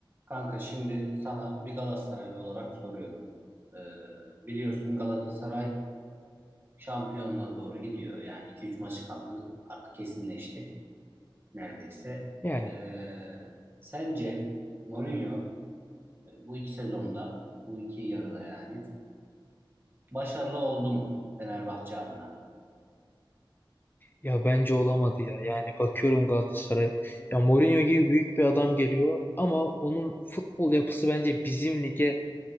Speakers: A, on the right (about 25°); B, on the left (about 25°).
A: Kanka şimdi sana bir Galatasaraylı olarak soruyorum. Ee, biliyorsun Galatasaray şampiyonluğa doğru gidiyor. Yani iki üç maç kaldı. Artık kesinleşti neredeyse.
B: Yani
A: Ee, sence Mourinho e, bu iki sezonda, bu iki yarıda yani başarılı oldu mu Fenerbahçe adına?
B: ya bence olamadı ya. Yani bakıyorum Galatasaray'a. Ya Mourinho gibi büyük bir adam geliyor ama onun futbol yapısı bence bizim lige